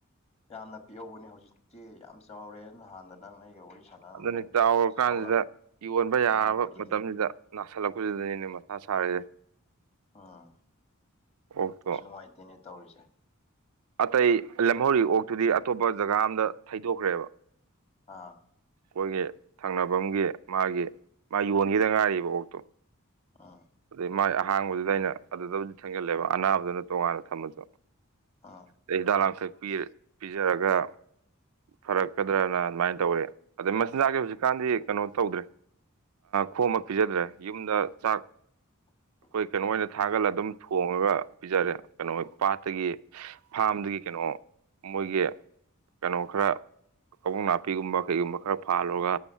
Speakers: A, on the left; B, on the right.
A: ꯌꯥꯝꯅ ꯄꯤꯍꯧꯕꯅꯦ ꯍꯧꯖꯤꯛꯇꯤ ꯌꯥꯝ ꯆꯥꯎꯔꯦ ꯅꯍꯥꯟꯗ ꯅꯪ ꯑꯩꯒ ꯋꯥꯔꯤ ꯁꯥꯟꯅꯔꯝꯕꯅꯦ
B: ꯑꯗꯨꯅꯤ
A: ꯑꯗꯣ
B: ꯆꯥꯎꯔꯀꯥꯟꯁꯤꯗ
A: ꯆꯥꯎꯔꯛ
B: ꯌꯣꯟꯕ ꯌꯥꯔꯕ
A: ꯅꯥꯔꯛꯄꯗꯨꯗꯤ
B: ꯃꯇꯝꯁꯤꯗ <unintelligible> ꯃꯊꯥ ꯁꯥꯔꯤꯁꯦ
A: ꯎꯝ
B: ꯑꯣꯛꯇꯣ
A: ꯅꯨꯡꯉꯥꯏꯇꯦꯅꯦ ꯇꯧꯔꯤꯁꯦ
B: ꯑꯇꯩ ꯂꯦꯝꯍꯧꯔꯤ ꯑꯣꯛꯇꯨꯗꯤ ꯑꯇꯣꯞ ꯖꯒꯥ ꯑꯝꯗ ꯊꯩꯗꯣꯛꯈ꯭ꯔꯦꯕ
A: ꯑꯥ
B: ꯑꯈꯣꯏꯒꯤ ꯊꯪꯅꯕꯝꯒꯤ ꯃꯥꯒꯤ ꯃꯥꯏ ꯌꯣꯟꯒꯤꯗ ꯉꯥꯏꯔꯤꯕ ꯑꯣꯛꯇꯣ
A: ꯑꯥ
B: ꯑꯗꯩ ꯃꯥꯏ ꯑꯍꯥꯡꯕꯗꯨꯗ ꯑꯩꯅ ꯑꯗꯨꯗꯕꯨꯗꯤ ꯊꯦꯡꯖꯜꯂꯦꯕ ꯑꯅꯥꯕꯗꯨꯅ ꯇꯣꯉꯥꯟꯅ ꯊꯝꯃꯁꯨ
A: ꯑꯥ
B: ꯗꯩꯩ ꯍꯤꯗꯥꯛ ꯂꯥꯡꯊꯛ ꯄꯤ ꯄꯤꯖꯔꯒ ꯐꯔꯛꯀꯗ꯭ꯔꯅ ꯑꯗꯨꯃꯥꯏꯟ ꯇꯧꯋꯦ ꯑꯗꯩ ꯃꯆꯤꯟꯖꯥꯛꯁꯦ ꯍꯨꯖꯤꯛꯀꯥꯟꯗꯤ ꯀꯅꯣ ꯇꯧꯗ꯭ꯔꯦ ꯈꯣꯝꯃ ꯄꯤꯖꯗ꯭ꯔꯦ ꯌꯨꯝꯗ ꯆꯥꯛ
A: <unintelligible>
B: ꯈꯣꯏ ꯀꯩꯅꯣ ꯑꯣꯏꯅ ꯊꯥꯒꯠꯂ ꯗꯨꯝ ꯊꯣꯡꯉꯒ ꯄꯤꯖꯔꯦ ꯀꯅꯣ ꯄꯥꯠꯇꯒꯤ ꯐꯥꯝꯗꯒꯤ ꯀꯦꯅꯣ ꯃꯣꯏꯒꯤ ꯀꯦꯅꯣ ꯈꯔ ꯀꯕꯣꯡ ꯅꯥꯄꯤꯒꯨꯝꯕ ꯀꯩꯒꯨꯝꯕ ꯈꯔ ꯐꯥꯜꯂꯨꯒ